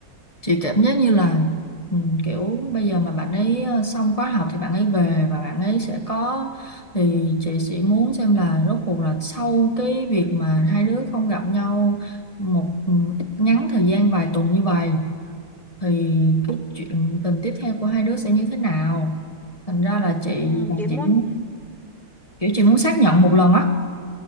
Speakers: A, on the left; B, in the centre.
A: chị cảm giác như là ừ, kiểu bây giờ mà bạn ấy ờ, xong khóa học thì bạn ấy về và bạn ấy sẽ có thì chị sẽ muốn xem là rốt cuộc là sau cái việc mà hai đứa không gặp nhau một ừ, ít ngắn thời gian vài tuần như vậy thì cái chuyện tình tiếp theo của hai đứa sẽ như thế nào thành ra là chị
B: Ừm,
A: là
B: chị muốn
A: chị muốn kiểu chị muốn xác nhận một lần á